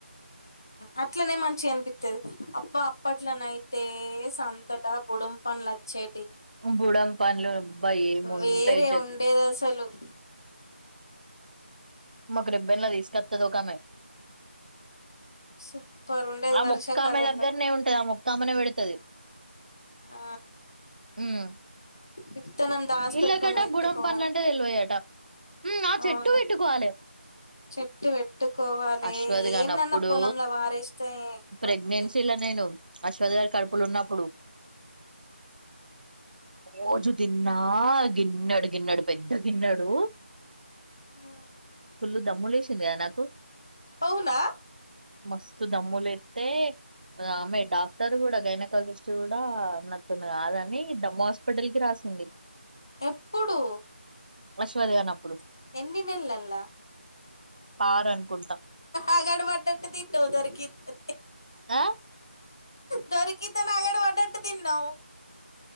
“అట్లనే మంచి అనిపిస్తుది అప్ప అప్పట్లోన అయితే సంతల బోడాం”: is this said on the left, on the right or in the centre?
Left